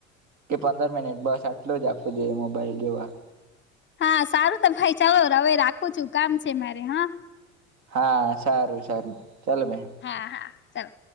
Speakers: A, on the right; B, on the left.
A: કે પંદર મિનિટ બસ આટલું જ આપવું જોઈએ મોબાઈલ જોવા.
B: હા સારું તો ભાઈ ચાલો હવે રાખું છું કામ છે મારે હા.
A: હા, સારું સારું. ચાલો ભાઈ.
B: હા હા ચાલો.